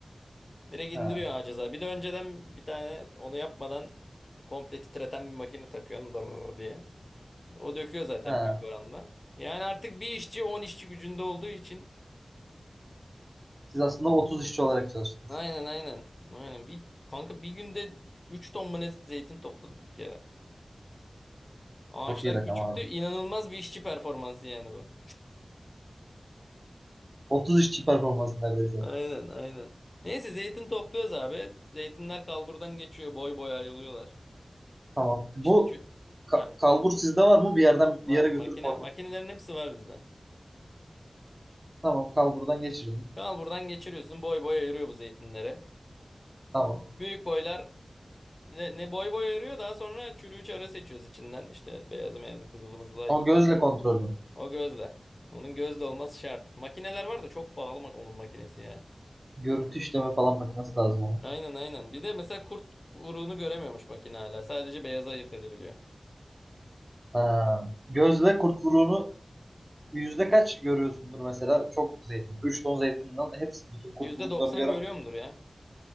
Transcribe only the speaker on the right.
Ha,
ha.
Siz aslında 30 işçi olarak çalıştınız.
Çok iyi rakam
abi.
30 işçi performansı neredeyse.
Tamam. Bu
ka-
kalbur sizde var mı? Bir yerden
bir yere götürüp
oradan.
Tamam, kalburdan geçirin.
Tamam.
O gözle kontrol mü?
Görüntü işleme falan makinesi lazım ona.
Ha. Gözle kurt vuruğunu yüzde kaç görüyorsundur mesela? Çok zeytin. üç ton zeytin nasıl? Hepsi bütün kurt
vuruklarını gören.